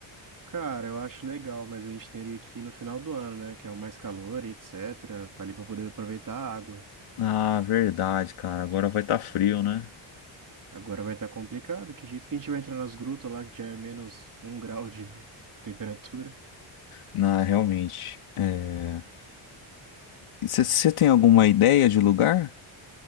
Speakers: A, on the right; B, on the left.
A: Cara, eu acho legal, mas a gente teria que ir no final do ano, né? Que é o mais calor e etc. Ali para poder aproveitar a água.
B: Ah, verdade, cara. Agora vai estar frio, né?
A: Agora vai estar complicado. Que jeito que a gente vai entrar nas grutas lá que já é menos um grau de temperatura?
B: Não, realmente. É... Você você tem alguma ideia de lugar?